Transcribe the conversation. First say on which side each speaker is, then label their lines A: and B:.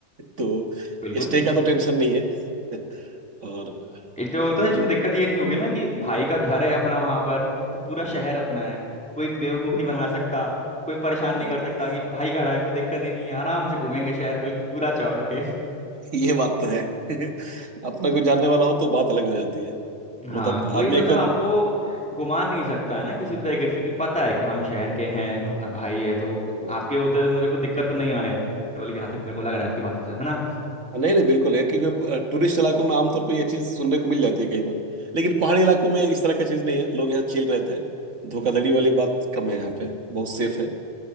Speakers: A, on the right; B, in the centre.
A: तो
B: बिल्कुल
A: स्टे का तो टेंशन नहीं है <laughs> और
B: एक तो होता
A: ये
B: है
A: जो
B: इसमें दिक्कत ये नहीं होगी ना कि भाई का घर है अपना वहां पर तो पूरा शहर अपना है कोई बेवकूफ नहीं बना सकता कोई परेशान नहीं
A: हाँ,
B: कर
A: <laughs>
B: सकता कि भाई खड़ा है कोई दिक्कत ही नहीं है आराम से घूमेंगे शहर बिल्कुल पूरा चौड़ के
A: ये बात तो है <laughs> अपना कोई जानने वाला हो तो बात अलग हो जाती है
B: हाँ
A: मतलब
B: कोई
A: आदमी
B: मतलब
A: एकदम
B: आपको घुमा नहीं सकता है ना किसी भी तरीके से कि पता है कि हम शहर के हैं अपना भाई है तो
A: सही बात
B: आपके
A: है
B: होते हुए मुझे कोई दिक्कत तो नहीं आने वाली जहाँ तक मेरे को लग रहा है आपकी बातों से है ना
A: नहीं नहीं बिल्कुल है क्योंकि टूरिस्ट इलाकों में आमतौर पे ये चीज़ सुनने को मिल जाती है कई बार लेकिन पहाड़ी इलाकों में इस तरह की चीज़ नहीं है लोग यहाँ चिल रहते हैं धोखाधड़ी वाली बात कम है यहाँ पे बहुत सेफ है